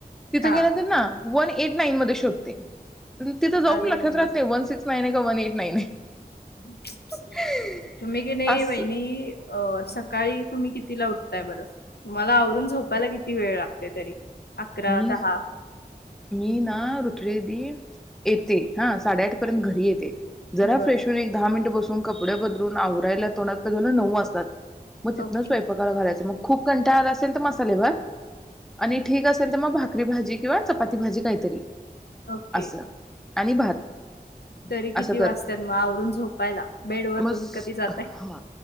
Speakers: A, in the centre; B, on the left (about 90°).
A: तिथ
B: हा
A: गेल्यानंतर ना. वन एत नाईन मध्ये शोधते. तिथं जाऊन
B: अरे
A: लग -- <unintelligible> राहत नाही वन सिक्स नाई <unintelligible> ऐट नाईन
B: <inaudible>
A: आहे
B: तुम्ही कीनी
A: अस
B: वहिणी अ अ सकाळी तुम्ही कितीला उठताय बर? तुम्हाला आवरून झोपायला की किती वेळ लागतय तरी? अकरा,
A: मी
B: दहा.
A: मी ना ऋतुवेदी येते हा साडेआठ पर्यंत घरी येते. जरा
B: बर
A: फ्रेश होऊन एक दहा मिनिट बसू मग कपडे बदलून आवरायला <unintelligible> नऊ वाजतात. म तिथन
B: ओके.
A: स्वयंपाकाला घालायच मग खूप कंटाला आला असेल तर मसाले भात आणि ठीक अ -- <unintelligible> मग भाकरी भाजी किंवा चपाती भाजी काहीतरी
B: ओके
A: असं आणि भात
B: तरी
A: असं
B: किती
A: करते
B: वाजतात मग आवरून झोपायला. बेड वर
A: मग
B: तुम्ही कधी जाताय?
A: हा